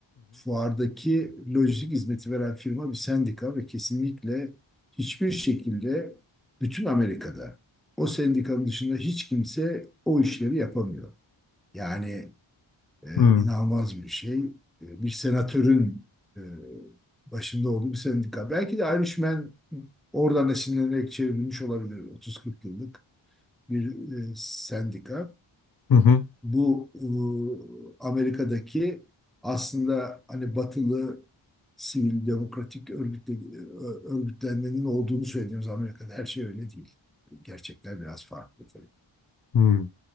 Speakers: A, in the centre; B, on the left.
A: Fuardaki lojistik hizmeti veren firma bir sendika ve kesinlikle hiçbir şekilde bütün Amerika'da o sendikanın dışında hiç kimse o işleri yapamıyor. Yani e,
B: Hı hı.
A: inanılmaz bir şey. E, bir senatörün e, başında olduğu bir sendika. Belki de Ayrışmen oradan esinlenerek çevrilmiş olabilir. 30-40 yıllık bir e, sendika.
B: Hı
A: Bu e, Amerika'daki aslında hani batılı sivil demokratik örgütle, e, örgütlenmenin olduğunu söylediğimiz Amerika'da her şey öyle değil. Gerçekler biraz farklı tabii.
B: hı.